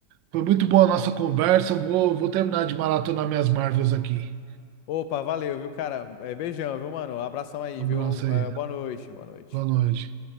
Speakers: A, on the right; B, on the left.
A: Foi muito boa a nossa conversa. Vou, vou terminar de maratonar minhas Marvels aqui.
B: Opa, valeu, viu, cara? É, beijão, viu, mano? Abração aí,
A: Um
B: viu?
A: abraço aí.
B: É, boa noite, boa noite.
A: Boa noite.